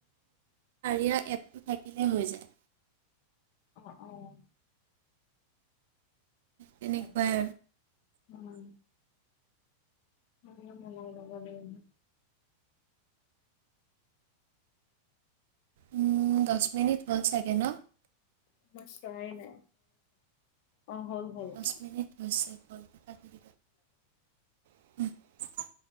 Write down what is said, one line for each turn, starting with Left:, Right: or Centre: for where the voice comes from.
Right: য়া এপটো থাকিলে হৈ যায়
Left: অঁ অঁ
Right: তেনেকুৱাই
Left: অঁ উম উ লগ <unintelligible>
Right: উম দচ মিনিট হ চাগে ন
Left: মই চোৱাই নাই অঁ হ'ল হ'ল
Right: দহ মিনিট হৈছে কলটো কাটি দিব